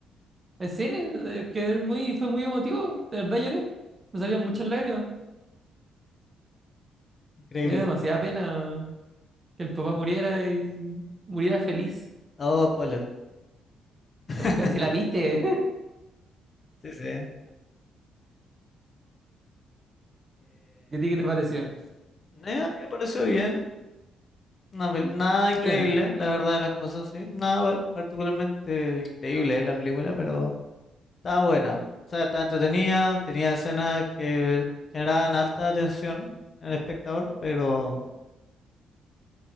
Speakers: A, on the right (about 30°); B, on the left (about 40°).
A: En cine, eh, que es muy, fue muy emotivo. De verdad lloré. Me salían muchas lágrimas.
B: Increíble.
A: Me dio demasiada pena que el papá muriera y muriera feliz.
B: Oh, spoiler. <laughs>
A: Pero si la viste, <laughs>
B: Sí, sí. Eh,
A: ¿y a ti qué te pareció?
B: eh, me pareció bien. Una pel- nada increíble,
A: Bien.
B: la verdad de las cosas, sí. Nada particularmente increíble la película, pero estaba buena. O sea, estaba entretenida, tenía escenas que generaban alta atención en el espectador, pero...